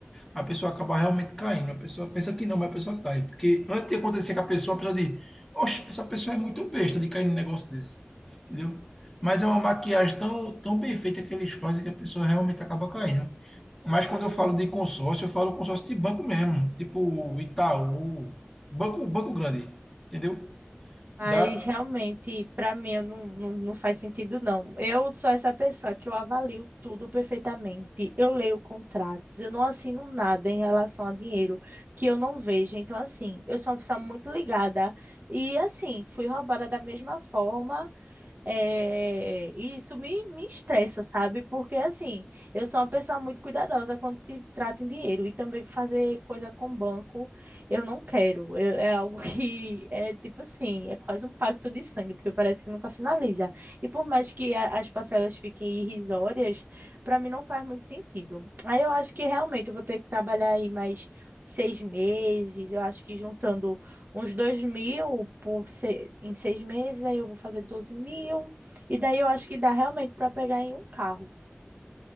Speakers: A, in the centre; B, on the right.
A: a pessoa acaba realmente caindo. A pessoa pensa que não, mas a pessoa cai. Porque antes de acontecer com a pessoa, a pessoa diz, oxe, essa pessoa é muito besta de cair num negócio desse. Entendeu? Mas é uma maquiagem tão, tão bem feita que eles fazem que a pessoa realmente acaba caindo. Mas quando eu falo de consórcio, eu falo consórcio de banco mesmo, tipo Itaú, banco, banco grande, entendeu?
B: Mas
A: Dá.
B: realmente, para mim, eu não, não, não faz sentido, não. Eu sou essa pessoa que eu avalio tudo perfeitamente. Eu leio contratos, eu não assino nada em relação a dinheiro que eu não vejo. Então, assim, eu sou uma pessoa muito ligada. E, assim, fui roubada da mesma forma. É, e isso me, me estressa, sabe? Porque, assim, eu sou uma pessoa muito cuidadosa quando se trata em dinheiro. E também fazer coisa com banco, eu não quero. Eu- é algo <laughs> que é tipo assim, é quase um pacto de sangue, porque parece que nunca finaliza. E por mais que a- as parcelas fiquem irrisórias, para mim não faz muito sentido. Aí eu acho que realmente eu vou ter que trabalhar aí mais seis meses. Eu acho que juntando uns 2 mil por se- em seis meses, aí eu vou fazer 12 mil. E daí eu acho que dá realmente para pegar em um carro.